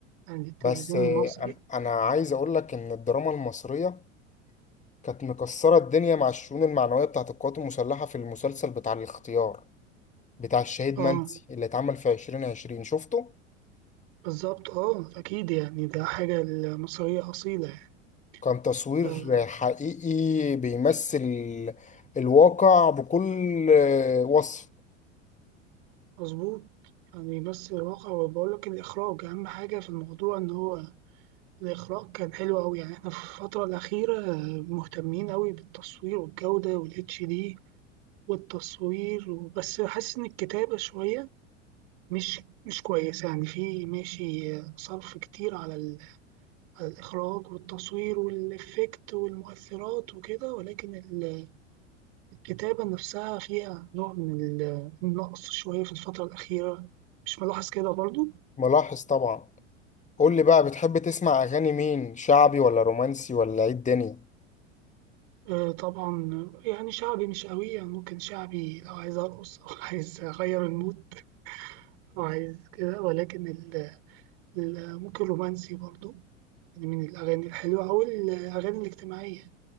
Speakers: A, on the right; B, on the left.
A: يعني التلفزيون
B: بس آه،
A: المصري
B: انا أنا عايز اقول لك ان الدراما المصريه كانت مكسره الدنيا مع الشؤون المعنويه بتاعت القوات المسلحه في المسلسل بتاع الاختيار بتاع الشهيد
A: اه
B: منسي اللي اتعمل في 2020 شفته
A: بالظبط اه أكيد يعني ده حاجة المصرية أصيلة يعني
B: كان تصوير
A: آه،
B: حقيقي بيمثل الواقع بكل وصف
A: مظبوط يعني بس الواقع وبقول لك الإخراج أهم حاجة في الموضوع إن هو الإخراج كان حلو أوي يعني إحنا في الفترة الأخيرة آه، مهتمين أوي بالتصوير والجودة والاتش دي والتصوير وبس حاسس إن الكتابة شوية مش مش كويسة يعني في ماشي صرف كتير على, ال... على الإخراج والتصوير والإفكت والمؤثرات وكده ولكن ال- الكتابة نفسها فيها نوع من ال- النقص شوية في الفترة الأخيرة مش ملاحظ كده برضو
B: ملاحظ طبعا قول لي بقى بتحب تسمع اغاني مين شعبي ولا رومانسي ولا ايه الدنيا
A: آه، طبعا يعني شعبي مش قوي يعني ممكن شعبي لو عايز أرقص أو <laughs> عايز أغير المود أو عايز كده ولكن ال... ال- ممكن رومانسي برضو يعني من الأغاني الحلوة أو الأغاني الاجتماعية